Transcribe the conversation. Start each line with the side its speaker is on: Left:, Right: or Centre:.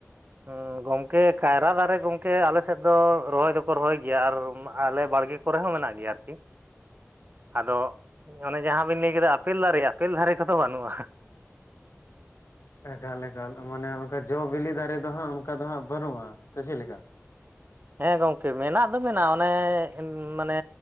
Right: ᱦᱸ ᱜᱚᱝᱠᱮ ᱠᱟᱭᱨᱟ ᱫᱟᱨᱮ ᱜᱚᱝᱠᱮ ᱟᱞᱮ ᱥᱮᱫ ᱫᱚ ᱨᱚᱦᱚᱭ ᱫᱚᱠᱚ ᱨᱚᱦᱚᱭ ᱜᱮᱭᱟ ᱟᱨ ᱟᱞᱮ ᱵᱟᱲᱜᱮ ᱠᱚᱨᱮ ᱦᱚᱸ ᱢᱮᱱᱟᱜ ᱜᱮᱭᱟ ᱟᱨᱠᱤ
Left: <unintelligible>
Right: ᱾ ᱟᱫᱚ ᱚᱱᱮ ᱡᱟᱦᱟᱸ ᱵᱤᱱ ᱞᱟᱹᱭ ᱠᱮᱫᱟ ᱟᱯᱮᱞ ᱫᱟᱨᱮ ᱟᱯᱮᱞ ᱫᱟᱨᱮ ᱠᱚᱫᱚ ᱵᱟᱱᱩᱜᱼᱟ ᱾
Left: ᱮᱠᱟᱞ ᱮᱠᱟᱞ ᱢᱟᱱᱮ ᱚᱱᱠᱟ ᱡᱚ ᱵᱤᱞᱤ ᱫᱟᱨᱮ ᱫᱚ ᱦᱟᱸᱜ ᱚᱱᱠᱟ ᱫᱚ ᱦᱟᱸᱜ ᱵᱟᱹᱱᱩᱜᱼᱟ ᱾ ᱥᱮ ᱪᱮᱫᱞᱮᱠᱟ?
Right: ᱦᱮᱸ ᱜᱚᱝᱠᱮ ᱢᱮᱱᱟᱜ ᱫᱚ ᱢᱮᱱᱟᱜᱼᱟ ᱚᱱᱮ ᱢᱟᱱᱮ